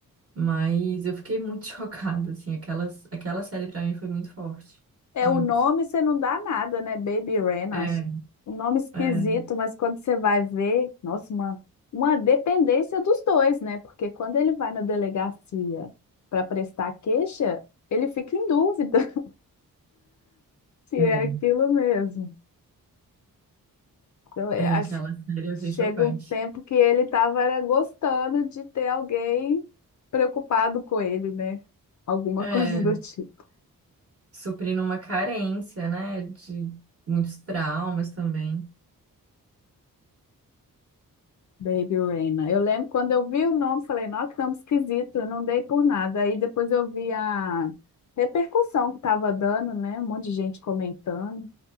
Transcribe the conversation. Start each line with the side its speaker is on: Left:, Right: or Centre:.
Right: Mas eu fiquei muito <laughs> chocada, assim, aquelas, aquela série pra mim foi muito forte.
Left: É,
Right: Muito.
Left: o nome você não dá nada, né? Baby Ren,
Right: É,
Left: acho. Um nome esquisito,
Right: é,
Left: mas quando você vai ver, nossa, uma, uma dependência dos dois, né? Porque quando ele vai na delegacia para prestar queixa, ele fica em dúvida <laughs> se
Right: é.
Left: é aquilo mesmo. Então, é,
Right: É,
Left: acho,
Right: aquela série eu
Left: chega
Right: achei chocante.
Left: um tempo que ele estava gostando de ter alguém preocupado com ele, né? Alguma
Right: É,
Left: <laughs> coisa do tipo.
Right: suprindo uma carência, né, de muitos traumas também.
Left: Baby Reina. Eu lembro quando eu vi o nome, falei, nossa, que nome esquisito, eu não dei por nada. Aí depois eu vi a repercussão que estava dando, né? Um monte de gente comentando.